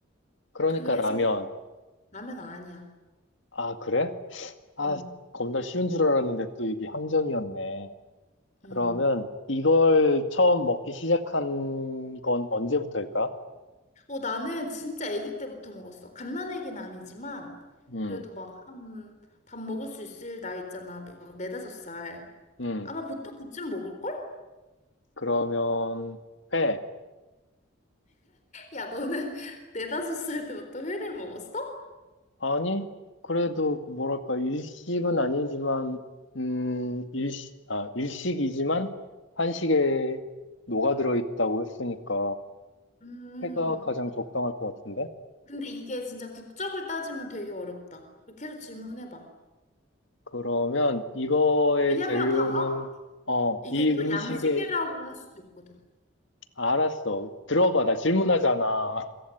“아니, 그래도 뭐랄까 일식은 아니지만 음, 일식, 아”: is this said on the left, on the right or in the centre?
Left